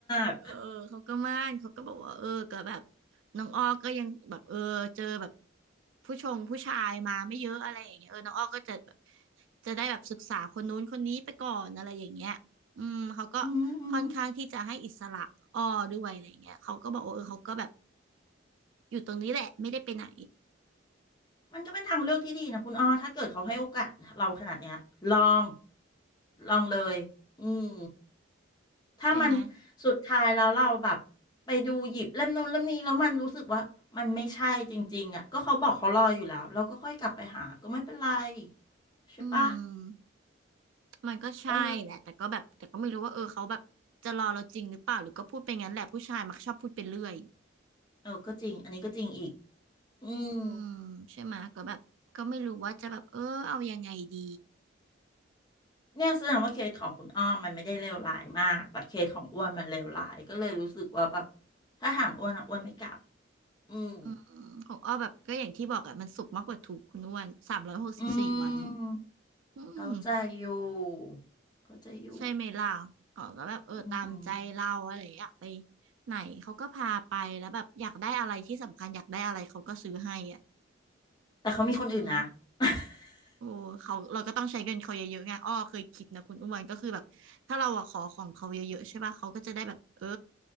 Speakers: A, on the left (about 20°); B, on the right (about 70°).
A: ก
B: เออเขาก็มั่นเขาก็บอกว่าเออก็แบบน้องอ้อก็ยังแบบเออเจอแบบผู้ชงผู้ชายมาไม่เยอะอะไรอย่างเงี้ยเออน้องอ้อก็จะแบบจะได้แบบศึกษาคนนู้นคนนี้ไปก่อนอะไรอย่างเงี้ยอืมเขาก็
A: อืมอืม
B: ค่อนข้างที่จะให้อิสระอ้อด้วยอะไรอย่างเงี้ยเขาก็บอกว่าเออเขาก็แบบอยู่ตรงนี้แหละไม่ได้ไปไหน
A: มันก็เป็นทางเลือกที่ดีนะคุณอ้อถ้าเกิดเขาให้โอกาสเราขนาดเนี้ยลอง ลองเลยอืมถ้ามัน
B: ใช่ไหม
A: สุดท้ายแล้วเราแบบไปดูหยิบเล่มนู้นเล่มนี้แล้วมันรู้สึกว่ามันไม่ใช่จริงๆอ่ะก็เขาบอกเขารออยู่แล้วเราก็ค่อยกลับไปหาก็ไม่เป็นไรใช่ปะ
B: อืมมันก็ใช่แหละแต่ก็แบบแต่ก็ไม่รู้ว่าเออเขาแบบจะรอเราจริงหรือเปล่าหรือก็พูดไปงั้นแหละผู้ชายมักชอบพูดไปเรื่อย
A: เออ เออก็จริงอันนี้ก็จริงอีกอืม
B: อืมใช่ไหมะก็แบบก็ไม่รู้ว่าจะแบบเออเอายังไงดี
A: เนี่ยแสดงว่าเคสของคุณอ้อมมันไม่ได้เลวร้ายมาก แต่เคสของอ้วนมันเลวร้ายก็เลยรู้สึกว่าแบบถ้าถามอ้วนอ่ะอ้วนไม่กลับอืม
B: อืมของอ้อแบบก็อย่างที่บอกอะมันสุกมากกว่าทุกข์คุณอ้วนสามร้อยหกสิบสี่วัน
A: อืม
B: อืม
A: เขาใจอยู่เขาใจอยู่
B: ใช่ไหมล่ะเขาก็แบบเออตามใจเราอะไรอย่างเงี้ยอยากไป
A: อืม
B: ไหนเขาก็พาไปแล้วแบบอยากได้อะไรที่สำคัญอยากได้อะไรเขาก็ซื้อให้อ่ะ
A: แต่เขามีคนอื่นนะ
B: อืม
A: <laughs>
B: โอ้เขาเราก็ต้องใช้เงินเขาเยอะๆไงอ้อเคยคิดนะคุณอ้วนก็คือแบบถ้าเราอะขอของเขาเยอะๆใช่ป่ะเขาก็จะได้แบบเออ